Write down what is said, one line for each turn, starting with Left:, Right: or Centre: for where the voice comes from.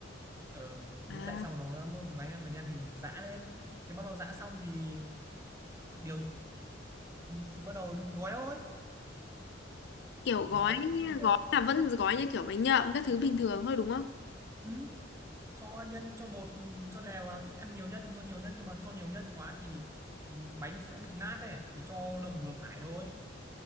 Right: ờ thế
Left: à,
Right: tại sao nó lá gai màu đen thì giã lên thế bắt đầu giã xong thì điều thì bắt đầu gói thôi
Left: kiểu gói
Right: gói thì
Left: gói
Right: ờ,
Left: là vẫn gói như kiểu bánh nhậm các thứ bình thường thôi đúng không
Right: ừ, cho nhân cho bột ừ, cho đều vào thích ăn nhiều nhân thì cho nhiều nhân nhưng mà cho nhiều nhân quá thì ừ, bánh sẽ bị nát đấy thì cho lượng vừa phải thôi